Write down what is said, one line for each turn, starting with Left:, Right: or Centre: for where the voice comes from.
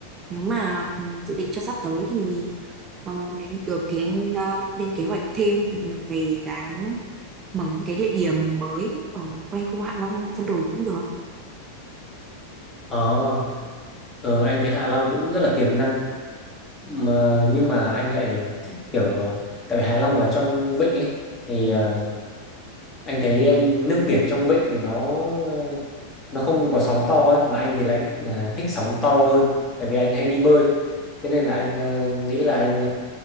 Right: nếu mà ừ, dự định cho sắp tới thì ờ, đến được thì anh ờ, lên kế hoạch thêm về cái mở những cái địa điểm mới ở quanh khu Hạ Long Vân Đồn cũng được
Left: Ờ, ờ, anh thấy Hạ Long cũng rất là tiềm năng mà nhưng mà anh lại thích kiểu ờ, tại vì Hạ Long là trong vịnh ấy thì ờ, anh thấy um, nước biển trong vịnh thì nó uh, nó không có sóng to ấy mà anh thì lại uh, thích sóng to hơn tại vì anh hay đi bơi thế nên là anh uh, nghĩ là anh